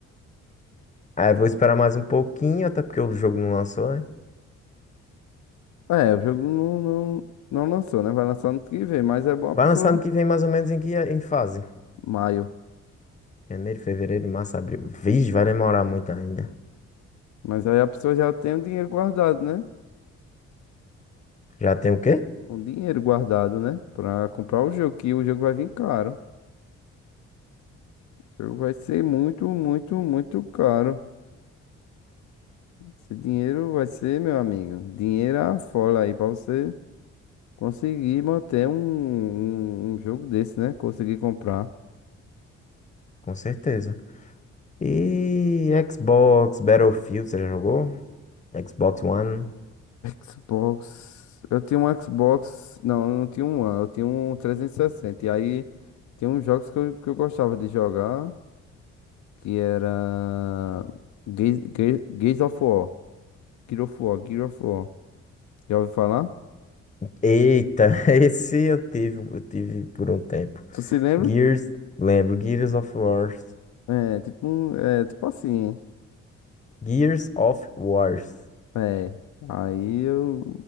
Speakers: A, on the left (about 25°); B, on the left (about 70°).
A: Aí eu vou esperar mais um pouquinho, até porque o jogo não lançou, né?
B: É, o jogo não, não, não lançou, né? Vai lançar ano que vem, mas é bom a
A: Vai
B: pessoa,
A: lançar ano que vem mais ou menos em que em fase?
B: maio.
A: Janeiro, fevereiro, março, abril. Vixe, vai demorar muito ainda.
B: Mas aí a pessoa já tem o dinheiro guardado, né?
A: Já tem o quê?
B: O dinheiro guardado, né? Pra comprar o jogo, que o jogo vai vir caro. O jogo vai ser muito, muito, muito caro. Esse dinheiro vai ser, meu amigo, dinheiro à folha aí pra você. Consegui manter um, um, um jogo desse, né? Consegui comprar.
A: Com certeza. E Xbox, Battlefield, você já jogou? Xbox One.
B: Xbox. Eu tinha um Xbox. Não, eu não tinha um One, eu tinha um trezentos e sessenta E aí tinha uns jogos que eu, que eu gostava de jogar, que era Gears, Gears Gears of War. Gears of War, Gears of War. Já ouviu falar?
A: Eita, <laughs> esse eu tive, eu tive por um tempo.
B: Tu se lembra?
A: Gears, lembro, Gears of Wars.
B: É, tipo, um- é, tipo assim.
A: Gears of Wars.
B: É. Aí eu